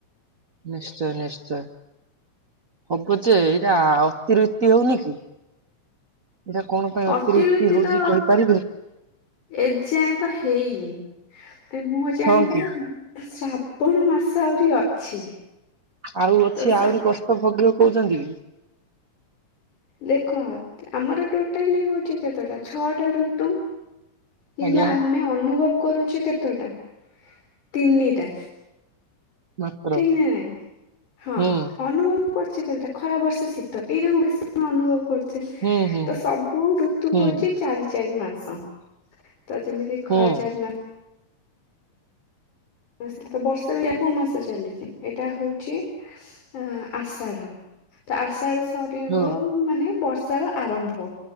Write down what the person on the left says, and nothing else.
ଅତିରୁ ଇତି
ତ
ଏ ଯାଏଁ ତ ହେଇନି। <unintelligible> ମୁଁ ଜାଣିବାରେ
ଶ୍ରାବଣ ମାସ ଆହୁରି ଅଛି।
ତ ଶ୍ରା
ଦେଖ ଆମର ଟୋଟାଲି ହୋଉଚି କେତେଟା ଛଅଟା ଋତୁ। କିନ୍ତୁ
ଆମେ ଅନୁଭବ କରୁଛେ କେତେଟା ତିନିଟା।
ଠିକ୍ ନା ନାଇଁ ହଁ
ଅନୁଭବ କରୁଛେ କେତେଟା ଖରା, ବର୍ଷ, ଶୀତ ଏଇରାକୁ ବେଶୀ ଅନୁଭବ କରୁ ଛେସତ
ସବୁ ଋତୁ
ହୋଉଚି ଚାରି ଚାରି ମାସ ତ ଯେମିତି
ଖରା ଚାରି ମା ସ ଆସିଲ ତ ବର୍ଷା ବି ଯା କୋଉ ମାସ ଚାଲିଚି ଏଇଟା ହୋଉଛି ଆ ଆଷାଢ ତ ଆଷାଢ ସରିବ
ମାନେ ବର୍ଷାର ଆରମ୍ଭ